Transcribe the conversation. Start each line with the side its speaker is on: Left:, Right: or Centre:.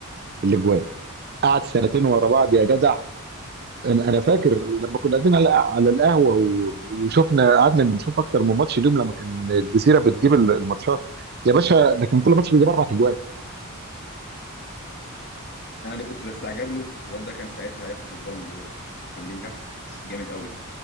Right: في الاجوان قعد سنتين ورا بعض يا جدع انا انا فاكر لما كنا قاعدين على على القهوه و- وشفنا قعدنا نشوف اكتر من ماتش اليوم لما كان الجزيره بتجيب ال- الماتشات يا باشا ده كان كل ماتش بيجيب اربع اجوان
Left: أنا اللي كنت بستعجب له الواد ده كان ساعتها هياخد البالون دور كان بينافس جامد قوي